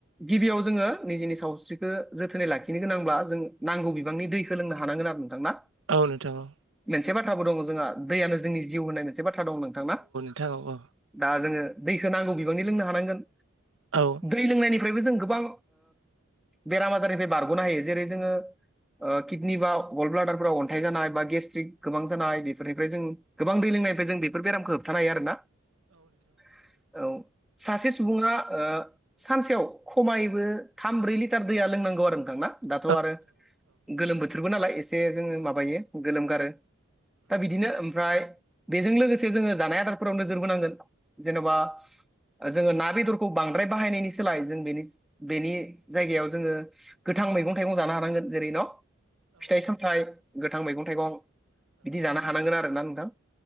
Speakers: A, in the centre; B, on the right.
A: गिबियाव जोङो निजिनि सावस्रिखौ जोथोनै लाखिनो गोनांब्ला जों नांगौ बिबांनि दैखोलोंनो हानांगोन। नोंथांना।
B: औ नोंथां औ
A: मोनसे बाथाबो दङ जोंहा दैयानो जोंनि जिउ होननाय मोनसे बाथ्रा दं नोंथांना।
B: थ औ
A: दा जोङो दैखौ नांगौ बिबांनि लोंनो हानांगोन
B: औ
A: दै
B: औ नोंथां
A: लोंनायनि निफ्रायबो जों गोबां बेराम आजारनिफ्राय बारग'नो हायो जेरै जोङो ओ किडनि बा गल्ड ब्लाडारफ्राव अन्थाइ जानाय बा गेस्ट्रिक गोबां जानाय बेफोरनिफ्राय जों गोबां दै लोंनायनाफ्रायनिफ्राय जों बेफोर बेरामखौ होबथानो हायो आरोना। औ सासे सुबुङा ओ सानसेयाव खमायबो थाम ब्रै लिटार दैया लोंनांगौ आरो नोंथांना। दाथ'
B: औ
A: आरो गोलोम बोथोरबो नालाय। जे जों मायो गोलोम गारो दा बिदिनो मफ्राय बेजों लोगोसे जोंङो जानाय आदारफोराव नोजोर बोनांगोन जेन'बा जोङो ना बेदरखौ बांद्राय बाहायनायनि सोलाय जों बेनि बेनि जायगायाव जोङो गोथां थां आ मैगं थाइगं जानो हानांगोन जेरै न' फिथाइ सामथायाइ गोथां मैगं थाइगं बिदि जानो हानांगोन आरोना नोंथां।